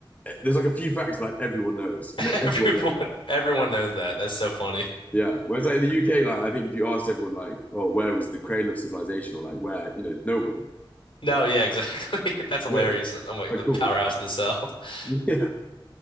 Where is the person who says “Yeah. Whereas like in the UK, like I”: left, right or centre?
Left